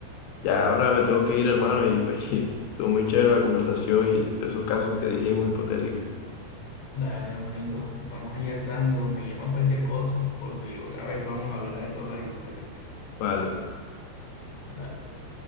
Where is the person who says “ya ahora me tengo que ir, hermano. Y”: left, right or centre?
Left